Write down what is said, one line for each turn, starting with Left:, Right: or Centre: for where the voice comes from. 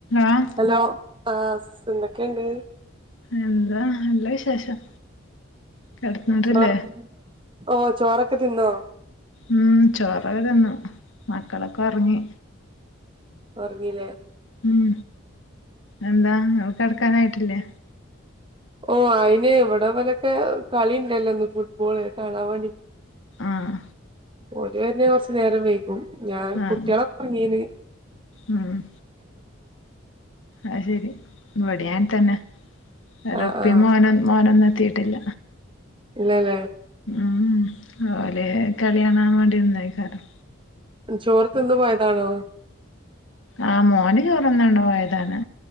Left: ആഹ്‌
Right: ഹലോ ആഹ് സ് എന്തൊക്കേണ്ട്
Left: എന്താ നല്ല വിശേഷം കിടന്നിട്ടില്ലേ
Right: ചോറ് ഓഹ് ചോറൊക്ക തിന്നോ
Left: ഉം ചോറൊക തിന്നു മക്കളൊക്ക ഒറങ്ങി
Right: ഒറങ്ങീലേ
Left: ഉം എന്താ ഇങ്ങള് കിടക്കാനായിട്ടില്ലെ
Right: ഓഹ്‌ അയിന് ഇവ്ടെ ഇവലൊക്കെ കളിണ്ടലൊ ഇന്ന് ഫുട്ബോള് കാണാൻ വേണ്ടി
Left: ആഹ്‌
Right: ഓല് വര്ണെ കൊർച് നേരം വെയ്കും ഞാൻ
Left: ആഹ്
Right: കുട്ട്യോളൊക്ക ഒർങ്ങീന്ന്
Left: ഉം ആഹ്‌ ശരി ഇവ്ടി അങ്ങൻതന്നെ ഓര്
Right: ആഹ്
Left: ഇപ്പീം
Right: ആഹ്
Left: മോനു മോനൊന്നും എത്തിയിട്ടില്ല
Right: ഇല്ലലെ
Left: ഉം ഓല് കളിയാണാവേണ്ടി ഇന്നെയ്കാരം
Right: ചോർ തിന്ന് പോയതാണോ
Left: ആഹ് മോന് ചോറുന്നുണ്ട് പോയതാണ്